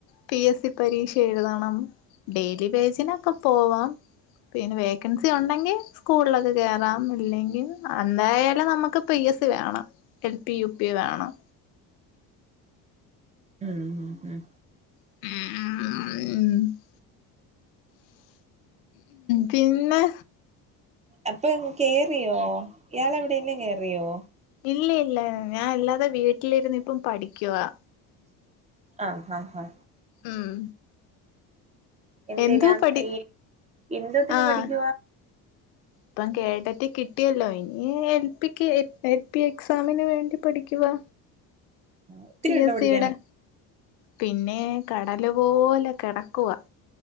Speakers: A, on the left; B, on the right.
A: പി എസ് സി പരീക്ഷ എഴുതണം. ഡെയിലി വെജിനൊക്കെ പോവാം. പിന്നെ വേക്കൻസി ഉണ്ടെങ്കി സ്കൂളിലൊക്കെ കേയറാം ഇല്ലെങ്കിൽ എന്തായാലും നമുക്ക് പി എസ് സി വേണം. എൽ പി യു പി വേണം.
B: ഉം ഉം ഉം
A: ഉം ഉം ഹ് പിന്നെ.
B: എത്ത ങ്ങൾ കേറിയോ ഇയാളെവിടേലും കേറിയോ
A: ഇല്ലയില്ല ഞാൻ അല്ലാതെ വീട്ടിലിരുന്നിപ്പം പഠിക്കുവാ
B: ആഹ് അഹ് ആ
A: ഉം
B: എന്തിന
A: എന്തോ പഠി
B: ഈ എന്തോത്തിന്
A: ആഹ്
B: പഠിക്ക?
A: ഇപ്പം കേട്ടറ്റ് കിട്ടിയല്ലോ ഇനി എൽ പിക്ക് എൽ പി എക്സാമിന് വേണ്ടി പഠിക്കുകവ
B: ഒത്തിരി
A: പി
B: ഉണ്ടോ
A: എസ്
B: പഠിക്കാന്
A: സിടെ പിന്നെ കടല് പോലെ കെടക്കുവ